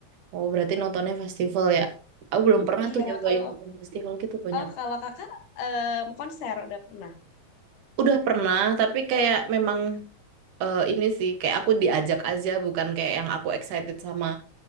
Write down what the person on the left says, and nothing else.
Iya,
kalau
oh kalau Kakak em, konser udah pernah.